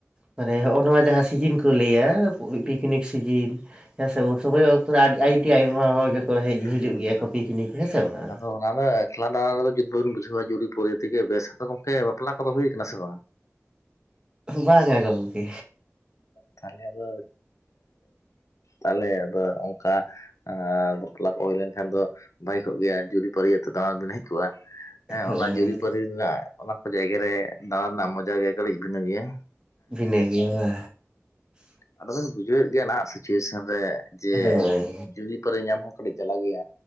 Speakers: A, on the right; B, on the left.
A: ᱢᱟᱱᱮ ᱦᱚᱜᱼᱱᱚᱣᱟ ᱡᱟᱦᱟᱸ ᱥᱤᱡᱤᱱ ᱠᱚ ᱞᱟᱹᱭᱼᱟ ᱯᱤᱠᱱᱤᱠ ᱥᱤᱡᱤᱱ᱾ ᱦᱮᱸᱥᱮ ᱩᱱ ᱥᱚᱢᱚᱭ ᱢᱟ ᱚᱠᱛᱚ ᱨᱮ ᱟᱹᱰᱤ ᱟᱹᱭᱰᱤ ᱟᱭᱢᱟ ᱦᱚᱲ ᱜᱮᱠᱚ ᱦᱮᱡ
B: ᱵᱷᱟᱜᱮ
A: ᱦᱤᱡᱩᱜ
B: ᱵᱷᱟᱜᱮ
A: ᱜᱮᱭᱟ ᱠᱚ
B: ᱦᱳᱭ
A: ᱯᱤᱠᱱᱤᱠ ᱦᱮᱸ ᱥᱮ ᱵᱟᱝ᱾
B: ᱟᱫᱚ ᱚᱱᱟ ᱨᱮ ᱮᱠᱷᱞᱟ ᱫᱟᱬᱟᱱ ᱨᱮᱫᱚ ᱡᱩᱫ ᱵᱟᱹᱵᱤᱱ ᱵᱩᱡᱷᱟᱹᱣᱟ ᱡᱩᱨᱤᱯᱩᱨᱤ ᱛᱤᱜᱮ ᱵᱮᱥ ᱟᱫᱚ ᱜᱚᱝᱠᱮ ᱵᱟᱯᱞᱟ ᱠᱚᱫᱚ ᱦᱩᱭᱩ ᱠᱟᱱᱟ ᱥᱮ ᱵᱟᱝ?
A: ᱵᱟᱝᱼᱟ ᱜᱚᱡᱠᱮ
B: ᱛᱟᱦᱚᱞᱮ ᱟᱫᱚ ᱛᱟᱦᱚᱞᱮ ᱟᱫᱚ ᱚᱝᱠᱟ ᱟᱨ ᱵᱟᱯᱞᱟ ᱠᱚ ᱦᱩᱭ ᱞᱮᱱᱠᱷᱟᱱ ᱫᱚ ᱵᱷᱟᱜᱮ ᱠᱚᱜ ᱜᱮᱭᱟ ᱡᱩᱨᱤᱯᱟᱹᱨᱤᱭᱟᱹᱛᱮᱫ ᱫᱟᱬᱟᱱ ᱵᱤᱱ ᱦᱮᱡ ᱠᱚᱜᱼᱟ᱾ ᱦᱮᱸ
A: ᱦᱳᱭ
B: ᱚᱱᱟ ᱡᱩᱨᱤᱼᱯᱟᱨᱤ ᱨᱤᱱᱟᱜ ᱚᱱᱟ ᱠᱚ ᱡᱟᱭᱜᱟ ᱨᱮ ᱫᱟᱬᱟᱱ ᱱᱟᱜ ᱢᱚᱡᱟ ᱜᱮ ᱠᱟᱹᱴᱤᱡ ᱵᱷᱤᱱᱟᱹ ᱜᱮᱭᱟ᱾
A: ᱵᱷᱤᱱᱟᱹ ᱜᱮᱭᱟ ᱵᱟ
B: ᱟᱫᱚ ᱵᱤᱱ ᱵᱩᱡᱷᱟᱹᱣᱮᱜ ᱜᱮᱭᱟ ᱱᱟᱦᱟᱜ ᱥᱤᱪᱩᱭᱮᱥᱚᱱ ᱨᱮ ᱡᱮ
A: ᱵᱟᱝ ᱦᱳᱭ
B: ᱡᱩᱫᱤ ᱯᱟᱹᱨᱤ ᱧᱟᱢ ᱦᱚᱸ ᱠᱟᱹᱴᱤᱡ ᱡᱟᱞᱟ ᱜᱮᱭᱟ᱾